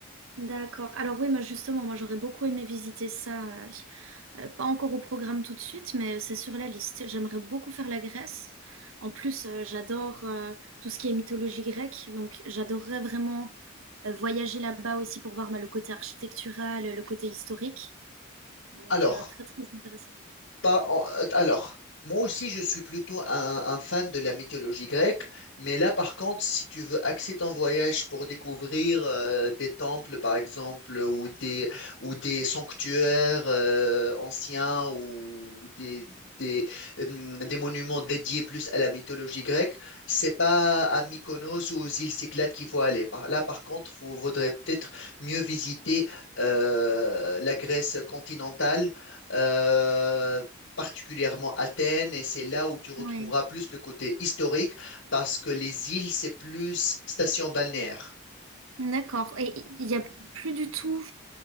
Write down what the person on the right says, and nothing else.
D'accord. Alors oui, moi justement, moi j'aurais beaucoup aimé visiter ça. euh, Euh, pas encore au programme tout de suite, mais euh, c'est sur la liste. J'aimerais beaucoup faire la Grèce. En plus, euh, j'adore euh, tout ce qui est mythologie grecque, donc j'adorerais vraiment euh, voyager là-bas aussi pour voir bah, le côté architectural, le côté historique. Donc
euh, très très intéressée.
Oui.
D'accord. Et il n'y a plus du tout,